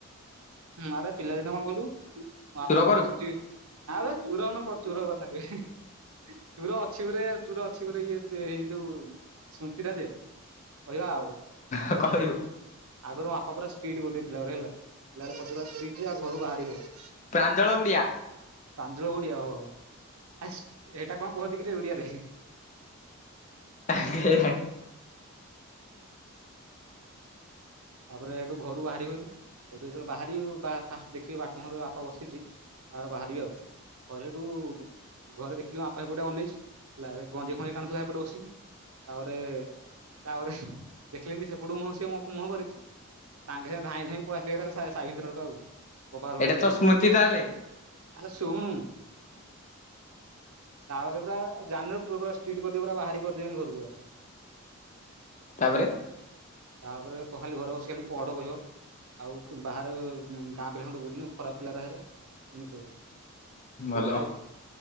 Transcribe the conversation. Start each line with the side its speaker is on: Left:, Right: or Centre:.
Right: ଆରେ ପିଲାଦିନ କଁ କଇଲୁ ମୋ ବାପା
Left: ଚୁର
Right: ପୁରା
Left: କରୁ
Right: ଷ୍ଟ୍ରିଟ୍ ନାଁ ବେ ଚୁର ନ କ ଚୁର କଥା କଇ ଚୁର ଅଛି ଗୁରେ ଚୁର ଅଛି ଗୁରେ ଇଏ ଚେ ଏଇ ଯୋଉ ସ୍ମୃତିରା ଯେ କହିବା ଆଉ।
Left: ଆ କହିବୁ।
Right: ଆଗୁରୁ ବାପା ପୁରା ସ୍ଟିଟ୍ କରି ଦଉଥିଲା ପିଲାଗୁରା ହେଲା। ପିଲାଗୁଡା <unintelligible> <unintelligible> ଘରୁ ବାହାରି ହଉ,
Left: ପ୍ରାଞ୍ଜଳ ଉଡିଆ
Right: ପ୍ରାଞଜଳ ଓଡିଆ ଓ। ଆ ଏଇଟା କଣ କୁହନ୍ତି କିରେ ଓଡିଆରେ?
Left: <unintelligible>
Right: ତାପରେ ସେଠୁ ଘରୁ ବାହାରିିବନି, ସେଠୁ ଯେତେବେଳେ ବାହାରିବ ଫାଷ୍ଟ ଦେଖିବି ବାଟ ଘର ବାପା ବସିଛି। ତାପରେ ବାହାରିବି ଆଉ। ଘରେ ଏଇଠୁ ଘରେ ଦେଖିଲି ବାପା ଏପଟେ ଅନେଇଛି ହେଲା। ଗଞ୍ଜେଇ ଫଞ୍ଜେଇ ଟାଣୁଥିଲା ଏପଟେ ବସିକି। ତାପରେ ତାପରେ ଦେଖିଲେ ଯେମିତି ସେପଟୁକୁ ମୁହଁ ସିଏ ମୁହଁ କରିଛି। ସାଙ୍ଗେ ସାଙ୍ଗେ ଧାଇଁ ଧାଇଁ ପଳେଇ ଆସିଲେ ଏକାଥରେ ସାହି ଭିତର ଲୋକ ଆଉ,
Left: ତ
Right: <unintelligible> ଆଉ
Left: ସ୍ମୃତି ତାହେଲେ
Right: ଆଲୋ ସୁଣୁ? ତାପରେ ପୁରା ଜାନୁର ପୁଅ ପୁରା ଷ୍ଟିଟ କରିଦେବେ ପୁରା ବାହାରି କରିଦେବନି ଘରୁ ପୁରା। <inaudible>
Left: ତାପରେ?
Right: ତାପରେ ଖାଲି ଘରେ ବସିକି ଖାଲି ପଢ଼ କହିବ। ଆଉ ଖୁଁ ବାହାରେ ଉଁ ଗାଁ ପିଲାଙ୍କ ସହିତ ବୁଲ୍ ନି। ଖରାପ୍ ପିଲାରା ହେରା। ଏମିତି କହିବ। <unintelligible>
Left: ଭଲ ହଁ